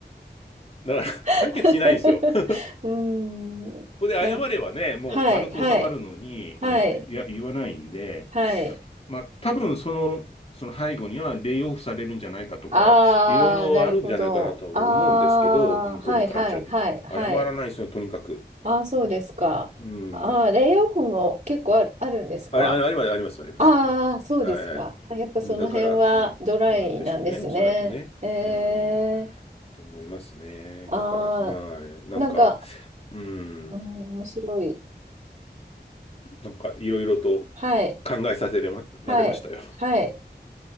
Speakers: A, on the left (about 35°); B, on the right (about 40°).
A: だから、
B: <laughs>
A: 解決しないんですよ。<laughs> こ
B: うーん。
A: こで謝ればね、
B: なん、
A: もう丸く収まるのに、
B: はい、はい、
A: うん、
B: はい、
A: いや、言わないんで、
B: はい。
A: まあ、多分その、その背後にはレイオフされるんじゃないかとか、
B: ああ、
A: いろいろあるんじゃないかなとは思うんですけど、
B: なるほど。ああ、
A: 向こうのカルチャー的。
B: はい、はい、はい、はい。
A: 謝らないですよ、とにかく。
B: ああ、そうですか。
A: うん。
B: ああ、レイオフも結構ある、あるんですか
A: あれ、あれ、あります、あります、あります。
B: ああ、そうですか。
A: はい、はい。
B: あやっぱその辺はドライなんですね。
A: うんだから、うん、なんでしょうね、おそらくね。
B: ええ、
A: うん、と思いますね。
B: あ
A: だから、はい。なんか、
B: あ、なんか、
A: うん、
B: うん、面白い。
A: なんかいろいろと、
B: はい、
A: 考えさせられましたよ。
B: はい、
A: <laughs>
B: はい。